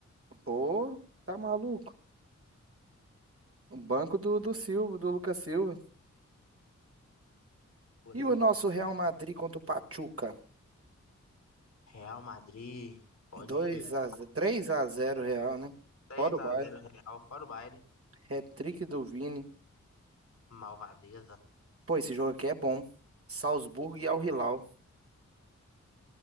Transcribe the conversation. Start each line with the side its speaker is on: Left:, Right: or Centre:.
Right: Pô, tá maluco. O banco do, do Silva, do Lucas Silva.
Left: Por
Right: E
Left: aí.
Right: o nosso Real Madrid contra o Pachuca?
Left: Real Madrid, pode
Right: dois
Left: esperar.
Right: a zero três a zero Real, né?
Left: 3
Right: Fora o
Left: a
Right: Bayern.
Left: 0 Real, fora o baile.
Right: Hat-trick do Vini.
Left: Malvadeza.
Right: Pô, esse jogo aqui é bom. Salzburgo e Al Hilal.